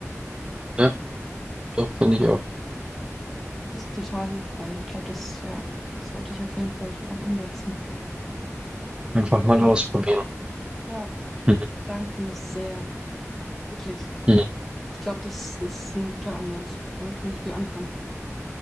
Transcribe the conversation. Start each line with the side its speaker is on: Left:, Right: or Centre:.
Right: Ja, doch, finde ich auch.
Centre: Das ist total hilfreich. Ich glaube, das, ja, das sollte ich auf jeden Fall dann umsetzen.
Right: Einfach
Centre: Okay.
Right: mal ausprobieren.
Centre: Ja,
Right: Mhm.
Centre: danke mich sehr. Wirklich.
Right: Mhm.
Centre: Ich glaube, das ist ein guter Ansatz. Damit kann ich viel anfangen.